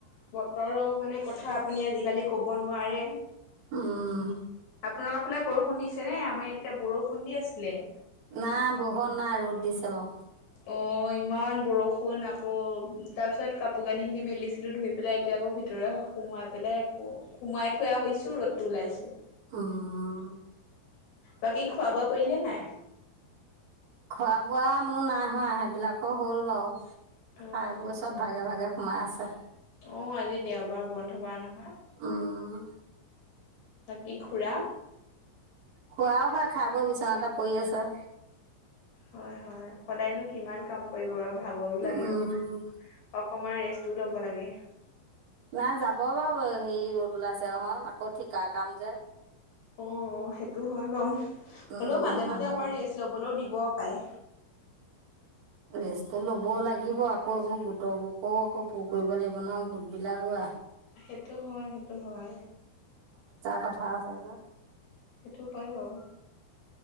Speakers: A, on the left; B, on the right.
A: বতৰো মানে কথা আপুনি আজিকালি কব নোৱাৰে।
B: উম,
A: আপোনালোকৰ ফালে বৰষুণ দিছে নে আমাৰ ইয়াত এতিয়া বৰষুণ দি আছিলে।
B: নাই বহত নাই ৰ'দ দিছে বাৰু।
A: অ' ইমান বৰষুণ আকৌ তাৰ পিছত কাপোৰ কানি খিনি মেলিছিলো ধুই পেলাই এতিয়া আকৌ ভিতৰে সোমাই পেলাই আকৌ সোমাই থোৱা হৈছো ৰ'দতটো ওলাইছে।
B: উম,
A: বাকী খোৱা বোৱা কৰিলে নাই।
B: খোৱা বোৱা মোৰ নাই হোৱা সেইবিলাকৰ হ'ল বাৰু।
A: অ
B: খাই বোৰ চব ভাগে-ভাগে, সোমাই আছে।
A: অ' আজি দেওবাৰ বন্ধ বাৰ নহয়।
B: উম,
A: বাকী খুৰা?
B: খোৱাও খোৱা খাব বিচনা এটা পৰি আছে।
A: হয়-হয় সদায়নো কিমান কাম কৰিব আৰু। ভাগৰো লাগে
B: উম,
A: নহয়। কমাৰ ৰেষ্টটো ল'ব লাগে।
B: নাই যাব বাৰু সেই ৰ'দ ওলাইছে নহয় আকৌ ঠিকা কাম যে।
A: অ' সেইটো হয় বাৰু। হ'লেও
B: উম
A: মাজে-মাজে
B: মানুহ
A: অকমান ৰেষ্ট ল'বলৈও দিব। পায়।
B: ৰেষ্টটো ল'ব লাগিব আকৌ এইবোৰ গোটবোৰকো আকৌ পূৰ কৰিব লাগিব নহয় গোট বিলাকো।
A: সেইটো হয়, সেইটো হয়।
B: কঠাৰ আছে যে।
A: সেইটো পায় বাৰু।